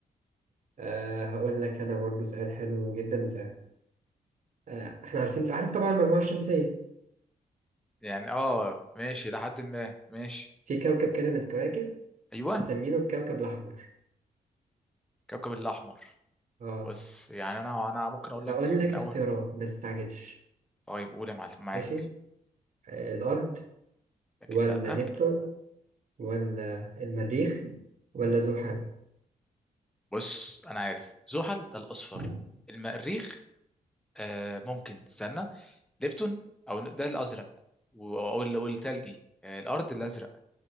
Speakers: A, on the right; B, in the centre.
A: أه هقول لك انا برضه سؤال حلو جدا وسهل أه احنا عارفين انت عارف طبعا المجموعة الشمسية
B: يعني اه ماشي لحد ما ماشي
A: في كوكب كده من الكواكب
B: ايوه
A: مسمينه الكوكب الاحمر
B: كوكب الاحمر
A: اه
B: بص يعني انا انا ممكن اقول لك
A: هقول
B: ان
A: لك اختيارات
B: اول
A: ما تستعجلش
B: طيب قول يا معلم معاك
A: ماشي أه الارض
B: اكيد
A: ولا
B: لا
A: نبتون ولا المريخ ولا زحل
B: بص انا عارف زحل ده الاصفر
A: آه،
B: المريخ آه ممكن استنى ليبتون او ده الازرق و- او ال- والتلجي آه، الارض الازرق